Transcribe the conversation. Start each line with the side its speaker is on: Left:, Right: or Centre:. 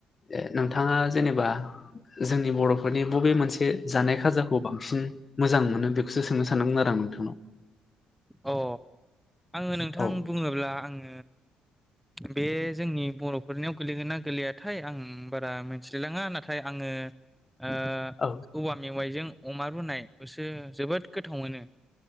Left: ए नोंथाङा जेनेबा जोंनि बर'फोरनि बबे मोनसे जानाय खाजाखौ बांसिन मोजां मोनो बेखौसो सोंनो सानदोंमोन आरो आं <unintelligible>
Centre: अ आङो नोंथां
Left: औ
Centre: बुङोब्ला आङो बे जोंनि बर'फोरनियाव गोलैगोना गोलैयाथाय आं बारा मोन्थिलाय लाङा नाथाय आङो ओ
Left: औ
Centre: औवा मेवाइजों अमा रुनाय खौसो जोबोद गोथाव मोनो